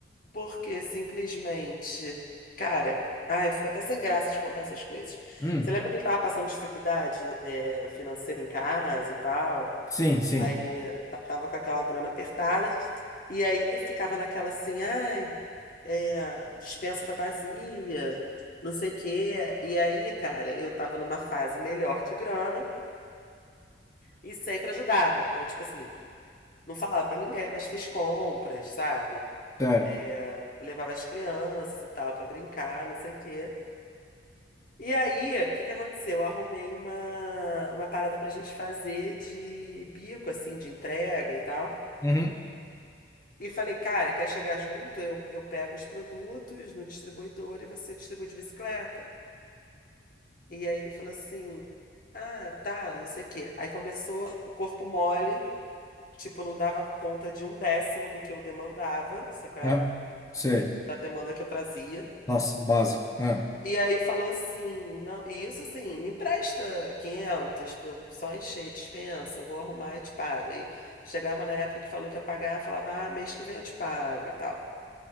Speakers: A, on the left; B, on the left.
A: porque simplesmente. Cara, ai, eu fico até sem graça de contar essas coisas.
B: hum,
A: Você lembra que ele tava passando dificuldade, é, financeira em casa e tal?
B: sim, sim,
A: Aí tá- tava com aquela grana apertada. E aí ficava naquela assim, ai. é, dispensa tá vazia, não sei o quê. E aí, cara, eu tava numa fase melhor de grana e sempre ajudava. Então, tipo assim, não falava pra ninguém, mas fiz compras, sabe?
B: certo.
A: É, levava as crianças e tal pra brincar, não sei o quê. E aí, o que que aconteceu? Eu arrumei uma, uma parada pra gente fazer de bico, assim, de entrega e tal.
B: Uhum,
A: E falei, cara, quer chegar junto? Eu, eu pego os produtos no distribuidor e você distribui de bicicleta. E aí ele falou assim: Ah, tá, não sei o quê. Aí começou o corpo mole, tipo, não dava conta de um décimo do que eu demandava, sabe qual
B: ah,
A: é?
B: sei.
A: Do que eu- da demanda que eu trazia.
B: Nossa, básico. Ah,
A: E aí falou assim: Não, e isso assim, me empresta 500 pra eu só encher a dispensa, eu vou arrumar e te pago. Aí chegava na época que falou que ia pagar, falava: Ah, mês que vem eu te pago e tal.